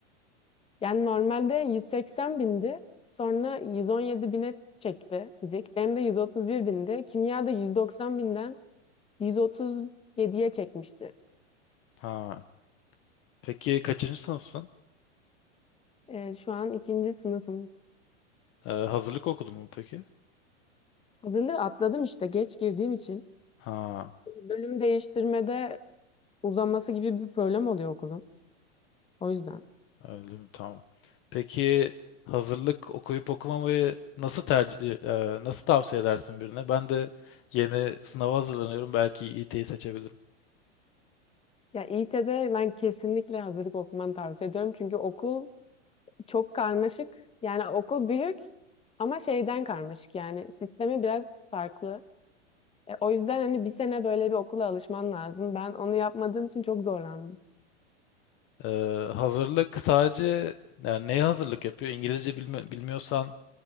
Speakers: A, on the left; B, on the left.
A: Yani normalde 180 bindi. Sonra 117 bine çekti fizik. Benim de 131 bindi. Kimya da 190 binden 137'ye çekmişti.
B: Ha. Peki kaçıncı sınıfsın?
A: Ee, şu an ikinci sınıfım.
B: E, hazırlık okudun mu peki?
A: Hazırlığı atladım işte geç girdiğim için.
B: Ha.
A: Bölüm değiştirmede uzaması gibi bir problem oluyor okulun. O yüzden.
B: Öyle mi? Tamam. Peki hazırlık okuyup okumamayı nasıl tercih e, nasıl tavsiye edersin birine? Ben de yeni sınava hazırlanıyorum. Belki İT'yi seçebilirim.
A: Ya İT'de ben kesinlikle hazırlık okumanı tavsiye ediyorum. Çünkü okul çok karmaşık. Yani okul büyük ama şeyden karmaşık yani. Sistemi biraz farklı. E, o yüzden hani bir sene böyle bir okula alışman lazım. Ben onu yapmadığım için çok zorlandım.
B: E, hazırlık sadece yani neye hazırlık yapıyor? İngilizce bilmi- bilmiyorsan